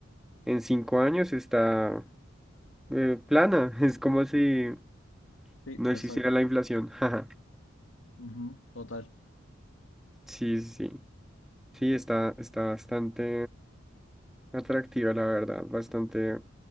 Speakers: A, in the centre; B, on the left.
A: en cinco años está eh, plana. <laughs> Es como si
B: Sí,
A: no
B: exacto.
A: existiera la inflación. <laughs> Jaja.
B: Ujú, total.
A: Sí, sí, sí. Sí, está, está bastante atractiva, la verdad. Bastante